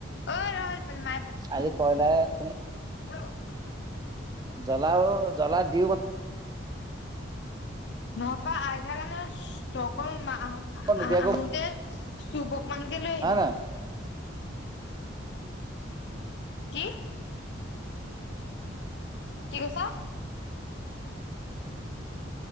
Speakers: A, on the left; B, on the right.
A: ঐ ৰ মানে মায়ে পাতে
B: আজি কয়লাৰাহে মানে
A: অ
B: জ্বলাও জ্বলা দিও
A: নবা আইতাৰ কাৰনে অকল আহো
B: নিদিয়াকো
A: আহ আহোতে সৌপ অকন মানকে লৈ
B: হয়
A: আহিবি
B: নহয়?
A: কি কি কৈছ